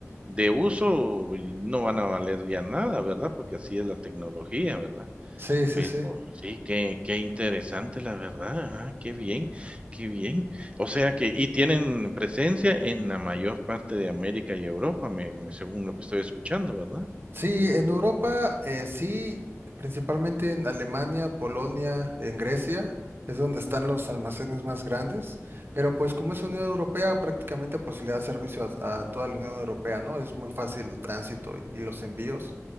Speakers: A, on the right (about 20°); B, on the right (about 45°).
A: de uso no van a valer ya nada, ¿verdad? Porque así es la tecnología, ¿verdad?
B: Sí, sí,
A: Pero
B: sí.
A: sí, qué, qué interesante, la verdad. Ajá, qué bien, qué bien. O sea que, y tienen presencia en la mayor parte de América y Europa, me- me- según lo que estoy escuchando, ¿verdad?
B: Sí, en Europa, eh, sí, principalmente en Alemania, Polonia, en Grecia, es donde están los almacenes más grandes, pero pues como es Unión Europea, prácticamente pues le da servicio a, a toda la Unión Europea, ¿no? Es muy fácil el tránsito y, y los envíos.